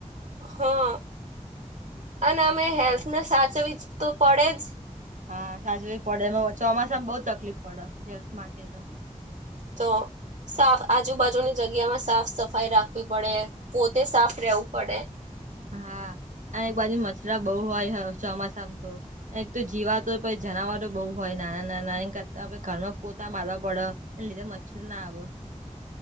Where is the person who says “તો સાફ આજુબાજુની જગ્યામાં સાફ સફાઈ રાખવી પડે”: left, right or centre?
Right